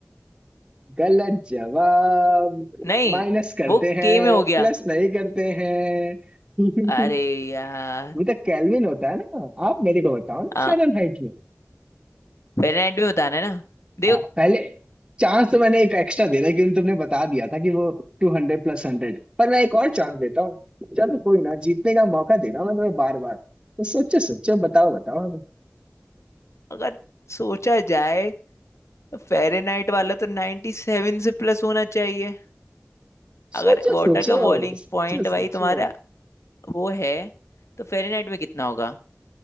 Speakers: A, on the right; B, on the left.
A: गलत जवाब
B: नहीं
A: माइनस करते
B: वो
A: हैं
B: के में हो गया
A: प्लस नहीं करते हैं
B: अरे
A: <laughs>
B: यार
A: वो तो केल्विन होता है ना आप मेरे को बताओ ना
B: आ,
A: फ़ारेनहाइट में
B: फेरेनहाइट में बताना है ना देखो
A: हाँ पहले चांस तो मैंने एक एक्स्ट्रा दे दिया क्योंकि तुमने बता दिया था कि वो टू हंड्रेड प्लस हंड्रेड पर मैं एक और चांस देता हूँ चलो कोई ना जीतने का मौका दे रहा हूँ मैं तुम्हें बार बार तो सोचो सोचो बताओ बताओ हमें
B: अगर सोचा जाए तो फेरेनहाइट वाला तो 97 से प्लस होना चाहिए
A: सोचो
B: अगर वाटर
A: सोचो
B: का बॉइलिंग
A: सोचो
B: पॉइंट भाई
A: सोचो
B: तुम्हारा वो है तो फेरेनहाइट में कितना होगा